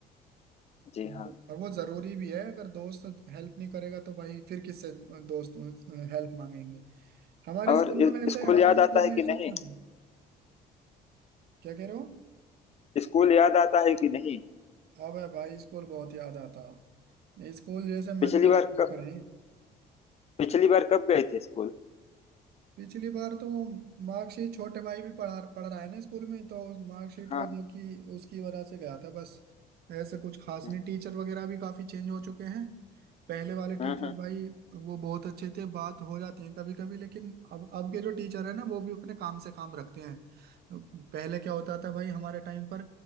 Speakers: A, on the left; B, on the right.
A: जी
B: वो-
A: हाँ
B: और वो जरूरी भी है अगर दोस्त हेल्प नहीं करेगा तो भाई फिर किससे दोस्त हेल्प मांगेंगे हमारे
A: और
B: स्कूल
A: इ-
B: में वैसे
A: स्कूल
B: हमारे
A: याद आता
B: स्कूल
A: है
B: में
A: कि
B: ये सब
A: नहीं
B: था नहीं क्या कह रहे हो
A: स्कूल याद आता है कि नहीं
B: अब भाई स्कूल बहुत याद आता स्कूल जैसे
A: पिछली
B: मजे अब
A: बार
B: कहाँ
A: कब
B: पर हैं
A: पिछली बार कब गए थे स्कूल
B: पिछली बार तो मार्कशीट छोटे भाई भी पढ़ा पढ़ रहा है ना स्कूल में तो मार्कशीट
A: हाँ
B: वजह की उसकी वजह से गया था बस ऐसे कुछ खास
A: हाँ
B: नहीं टीचर वगैरह भी काफी चेंज हो चुके हैं पहले वाले टीचर
A: हाँ हाँ, हाँ,
B: भाई वो बहुत अच्छे थे बात हो जाती है कभी कभी लेकिन अब अब के जो टीचर है ना वो भी अपने काम से काम रखते हैं पहले क्या होता था भाई हमारे टाइम पर